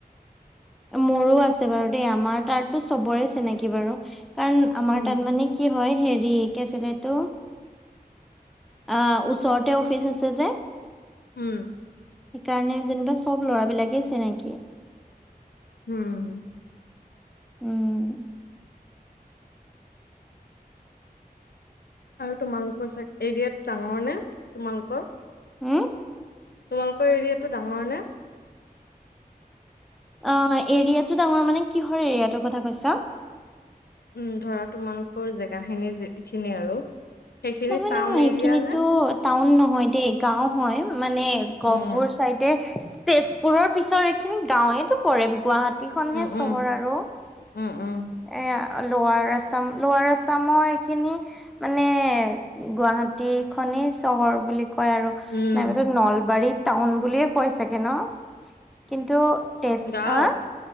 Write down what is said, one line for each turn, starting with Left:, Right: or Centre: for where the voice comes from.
Centre: মোৰো আছে বাৰু দেই, আমাৰ তাৰতো চবৰে চিনাকি বাৰু কাৰণ আমাৰ
Left: উম,
Centre: তাত মানে কি হয়, হেৰি কি আছিলে সেইটো? অ', ওচৰতে অফিচ আছে যে
Left: উম্।
Centre: সেইকাৰণে যেনিবা চব ল'ৰা বিলাকেই চিনাকি।
Left: উম্।
Centre: উম্।
Left: আৰু তোমালোকৰ চাগ, এৰিয়াত ডাঙৰ নে তোমালোকৰ?
Centre: উম্?
Left: তোমালোকৰ এৰিয়াটো ডাঙৰ নে?
Centre: অ', এৰিয়াটো ডাঙৰ মানে, কিহৰ এৰিয়াটোৰ কথা কৈছাঁ?
Left: উম ধৰা তোমালোকৰ জেগাখিনি যিখিনি আৰু সেইখিনি
Centre: নহয়
Left: টাউন
Centre: নহয়
Left: এৰিয়া
Centre: এইখিনিতো
Left: নে?
Centre: টাউন নহয় দেই গাও হয় মানে গহপুৰ
Left: উম,
Centre: চাইডে তেজপুৰৰ পিছৰ এইখিনি গাঁওৱেইটো পৰে গুৱাহাটীখনহে
Left: উম,
Centre: চহৰ
Left: উম,
Centre: আৰু।
Left: উম উম।
Centre: এ লৱাৰ আছাম লৱাৰ আছামৰ এইখিনি মানে গুৱাহাটী খনি চহৰ বুলি কয় আৰু।
Left: উম,
Centre: নাইব ত নলবাৰী টাউন বুলিয়ে কৈ চাগে ন? কিন্তু তেজ
Left: গাও
Centre: আ